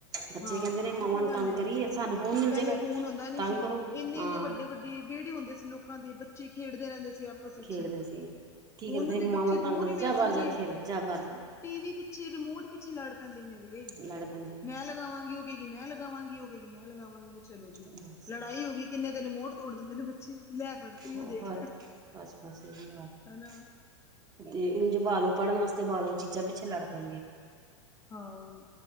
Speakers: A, on the right (about 25°); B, on the left (about 15°).
A: ਬੱਚੇ
B: ਹਾਂ
A: ਕਹਿੰਦੇ ਨੇ ਮਾਵਾਂ
B: ਇਹ ਤੇ
A: ਨੂੰ
B: ਗੱਲ
A: ਤੰਗ
B: ਹੈ
A: ਕਰੀਏ
B: ਹੀ ਏ,
A: ਸਾਨੂੰ ਫੋਨ ਮਿਲ
B: ਪਹਿਲੇ
A: ਜਾਏਗਾ
B: ਫ਼ੋਨ ਹੁੰਦਾ ਨੀ
A: ਤੰਗ
B: ਸੀ,
A: ਕਰੋ
B: ਇੰਨੇ-
A: ਹਾਂ
B: ਇੰਨੇ, ਵੱਡੇ- ਵੱਡੇ ਤੇ ਵਿਹੜੇ ਹੁੰਦੇ ਸੀ ਲੋਕਾਂ ਦੇ, ਬੱਚੇ ਖੇਡਦੇ ਰਹਿੰਦੇ ਸੀ ਆਪ ਬਸ ਅੱਛੀ,
A: ਖੇਡਦੇ ਸੀ ਕੀ
B: ਹੁਣ
A: ਕਰਦੇ
B: ਦੇ
A: ਮਾਵਾਂ
B: ਬੱਚੇ
A: ਨੂੰ ਤੰਗ
B: ਦੋ
A: ਕਰਦੇ
B: ਨੀ
A: ਜਾ
B: ਬਹਿ
A: ਬਾਹਰ
B: ਸਕਦੇ
A: ਜਾ ਖੇਲ ਜਾ ਬਾਹਰ ਜਾ
B: ਟੀ ਵੀ ਪਿੱਛੇ, ਰਿਮੋਟ ਪਿੱਛੇ ਲੜ ਪੈਂਦੇ ਨੇ ਅਗਲੇ,
A: ਲੜ ਪੈਂਦੇ ਨੇ
B: ਮੈਂ ਲ ਉਹਗੀ ਮੈਂ ਲਗਾਵਾਂਗੀ ਉਹ ਕੇਹੇਗੀ ਮੈਂ ਲਗਾਵਾਂਗੀ ਚਲੋ ਜੀ
A: ਬਸ
B: ਲੜਾਈ ਹੋ ਗਈ ਕਿੰਨੇ ਤੇਰੇ ਮੋੜ ਤੋੜ ਦੇਂਦੇ ਨੇ ਬੱਚੇ ਲੈ ਫੜ ਤੂੰ
A: ਓ
B: ਦੇਖ
A: ਹਥ
B: ਲੈ
A: ਬਸ ਬਸ ਇਹੀ ਹਾਲ ਹੈ
B: ਹਨਾ।
A: ਤੇ ਇੰਝ
B: ਬਸ
A: ਪਾਲੋ ਪੜ੍ਹਨ ਵਾਸਤੇ ਪਾਲੋ ਚੀਜ਼ਾਂ ਪਿੱਛੇ ਲੜ ਪੈਣਗੇ
B: ਹਾਂ